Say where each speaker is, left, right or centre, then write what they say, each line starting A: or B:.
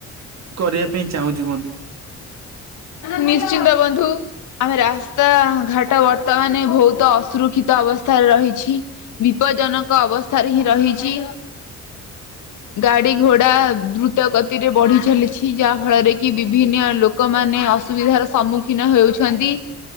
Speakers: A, on the right (about 60°); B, on the left (about 75°).
A: କରିବା ପାଇଁ ଚାହୁଁଛୁ ବନ୍ଧୁ।
B: ନିଶ୍ଚିନ୍ତ ବନ୍ଧୁ। ଆଉଫେର ରାସ୍ତା ଘାଟ ବର୍ତ୍ତମାନ ବହୁତ ଅସୁରୁକ୍ଷିତ ଅବସ୍ଥାରେ ରହିଛି। ବିପଦଜନକ ଅବସ୍ଥାରେ ହିଁ ରହିଛି।
A: <inaudible>
B: ଗାଡି ଘୋଡା ଦ୍ରୁତ ଗତିରେ ବଢି ଚାଲିଛି। ଯାହା ଫଳରେ କି ବିଭିନ୍ନ ଲୋକ କମାନେ ଅସୁବିଧାର ସମ୍ମୁଖୀନ ହେଉଛନ୍ତି।